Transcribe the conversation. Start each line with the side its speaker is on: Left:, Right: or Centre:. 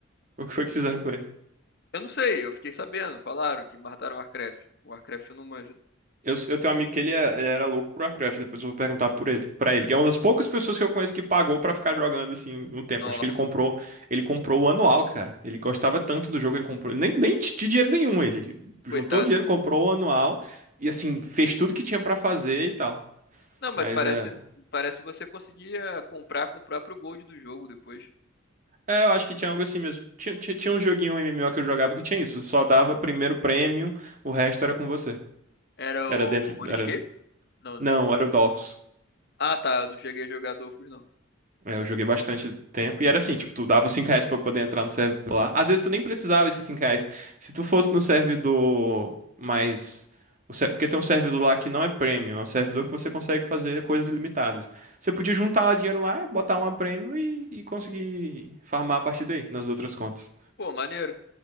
Right: O que foi que fizeram com ele?
Left: Eu não sei, eu fiquei sabendo, falaram que mataram o Warcraft. O Warcraft eu não manjo.
Right: Eu, eu tenho um amigo que ele, é- ele era louco por Warcraft, depois eu vou perguntar por ele, pra ele, que é uma das poucas pessoas que eu conheço que pagou pra ficar jogando assim um tempo.
Left: Nossa,
Right: Acho que ele comprou, ele comprou o anual, cara. Ele gostava tanto do jogo, ele comprou, nem nem de dinheiro nenhum ele, ele
Left: coitado.
Right: juntou o dinheiro, comprou o anual e assim fez tudo que tinha pra fazer e tal.
Left: Não, mas
Right: Mas
Left: parece,
Right: é,
Left: parece que você conseguia comprar com o próprio Gold do jogo depois.
Right: é, eu acho que tinha algo assim mesmo. Tinha, tinha, tinha um joguinho um MMO que eu jogava que tinha isso, você só dava primeiro prêmio, o resto era com você.
Left: Era
Right: Era
Left: o
Right: dentro,
Left: RuneScape?
Right: era,
Left: Não,
Right: não,
Left: né?
Right: era o Dofus.
Left: Ah, tá, eu não cheguei a jogar Dofus, não.
Right: É, Eu joguei bastante tempo e era assim, tipo, tu dava 5 reais pra poder entrar no servidor lá. Às vezes tu nem precisava esses 5 reais. Se tu fosse no servidor mais... o ser- Porque tem um servidor lá que não é premium, é um servidor que você consegue fazer coisas ilimitadas. Você podia juntar dinheiro lá, botar uma premium e, e conseguir farmar a partir daí, nas outras contas.
Left: Pô, maneiro.